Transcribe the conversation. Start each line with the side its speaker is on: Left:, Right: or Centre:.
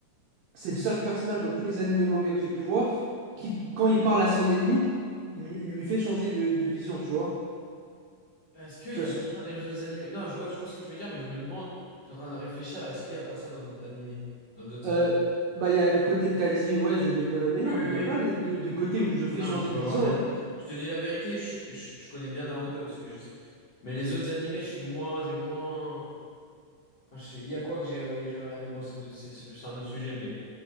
Right: c'est le seul personnage dans tous les animés manga que j'ai pu voir qui, quand il parle à son ennemi, il, lui il lui fait changer de, de vision, tu vois.
Left: Est-ce qu'il
Right: Tu
Left: n'y
Right: vois
Left: a
Right: ce
Left: pas
Right: que...
Left: ça dans les autres animés? Non, je vois, je vois ce que tu veux dire, mais je me demande, je suis en train de réfléchir à est-ce qu'il n'y a pas ça dans d'autres animés, dans d'autres
Right: Euh,
Left: animés.
Right: bah, il y a le côté que t'as dit, ouais, je vais devenir le meilleur,
Left: Oui, oui,
Right: mais il n'y a pas
Left: oui.
Right: de, de- de côté où je fais
Left: Non,
Right: changer
Left: mais tu peux
Right: de vision.
Left: avoir raison.
Right: hein.
Left: Je te dis la vérité, je, je- je connais bien Naruto parce que je sais. Mais les autres animés, je suis moins, j'ai moins. Enfin, je sais- il y a quoi que j'ai j'ai regardé? Bon, c'est de- c'est c'est plus un autre sujet, mais,